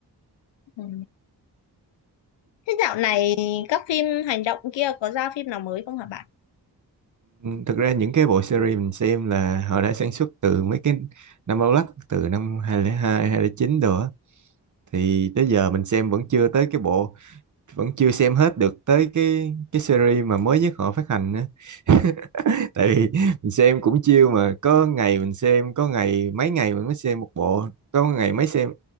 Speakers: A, on the left (about 85°); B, on the right (about 45°).
A: ừ. thế dạo này các phim hành động kia có ra phim nào mới không hả bạn
B: Ừm, Thực ra những cái bộ series mình xem là họ đã sản xuất từ mấy cái năm lâu lắc từ năm 2002, 2009 đồ á thì tới giờ mình xem vẫn chưa tới cái bộ vẫn chưa xem hết được tới cái cái series mà mới nhất họ phát hành nữa <laughs> tại vì mình xem cũng chiêu mà có ngày mình xem có ngày mấy ngày mình mới xem một bộ có ngày mấy xem